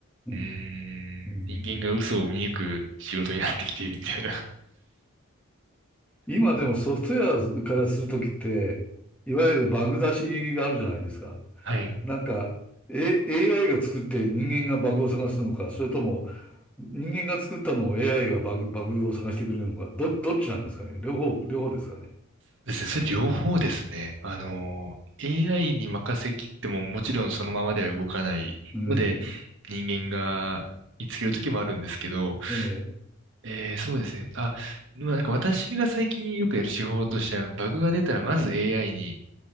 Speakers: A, in the centre; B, on the right.
A: うん
B: ーん、
A: うん
B: 人間が嘘を見抜く仕事になってきているみたいな。<laughs>
A: 今でもソフトウェア開発するときって、いわゆるバグ出しがあるじゃないですか。
B: はい。
A: なんか、A、AI が作って人間がバグを探すのか、それとも人間が作ったのを AI がバグ、バグを探してくれるのか、ど、どっちなんですかね。両方、両方ですかね。
B: そうですね。それ両方ですね。あの、AI に任せきってももちろんそのままでは動かないので、
A: うん。
B: 人間が見つける時もあるんですけど、
A: ええ、
B: えー、そうですね。あ、まあなんか私が最近よくやる手法としては、バグが出たらまず AI に